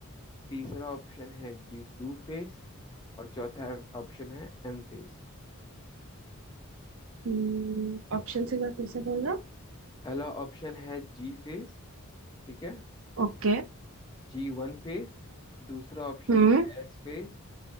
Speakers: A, on the left (about 20°); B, on the right (about 65°).
A: तीसरा ऑप्शन है जी टू फेस और चौथा ऑप्शन है एम फेस
B: हम्म ऑप्शन एक बार फिर से बोलना
A: पहला ऑप्शन है जी फेस ठीक है
B: ओके
A: जी वन फेस दूसरा ऑप्शन
B: हम्म
A: है एस फेस